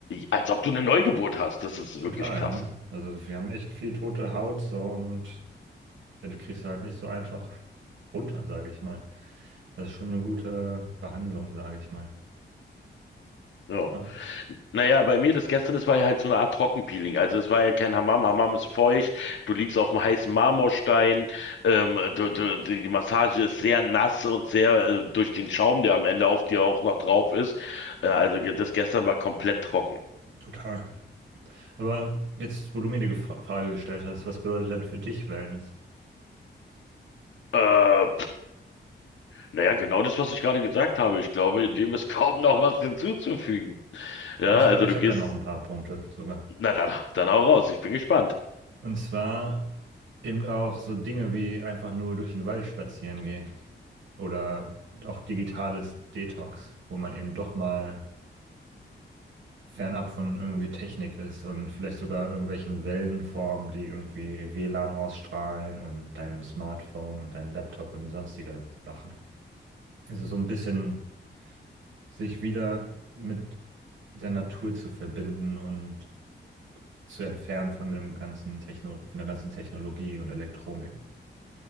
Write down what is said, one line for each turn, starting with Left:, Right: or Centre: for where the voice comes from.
Left: als ob du eine Neugeburt hast. Das ist
Right: Total,
Left: wirklich krass.
Right: ne? Also wir haben echt viel tote Haut so und Ja, die kriegst du halt nicht so einfach runter, sage ich mal. Das ist schon eine gute Behandlung, sage ich mal.
Left: Ja.
Right: Ja,
Left: Naja, bei mir das gestern, das war ja halt so eine Art Trockenpeeling. Also es war ja kein Hammam. Hammam ist feucht, du liegst auf dem heißen Marmorstein, ähm, du, du, die Massage ist sehr nass und sehr äh, durch den Schaum, der am Ende auf dir auch noch drauf ist. Äh, also ge- das gestern war komplett trocken.
Right: total. Aber jetzt, wo du mir die Gefra- Frage gestellt hast, was bedeutet denn für dich Wellness?
Left: Äh, Naja, genau das, was ich gerade gesagt habe. Ich glaube,
Right: Mhm.
Left: dem ist <laughs> kaum noch was hinzuzufügen. Ja,
Right: Ich
Left: also
Right: glaube, ich
Left: du
Right: habe
Left: gehst,
Right: da noch ein paar Punkte sogar.
Left: na dann, dann auch raus. Ich bin gespannt.
Right: Und zwar eben auch so Dinge wie einfach nur durch den Wald spazieren gehen oder auch digitales Detox, wo man eben doch mal fernab von irgendwie Technik ist und vielleicht sogar irgendwelchen Wellenformen, die irgendwie WLAN ausstrahlen und deinem Smartphone und deinem Laptop und sonstiger Sachen. Also so ein bisschen sich wieder mit der Natur zu verbinden und zu entfernen von dem ganzen Techno, von der ganzen Technologie und Elektronik.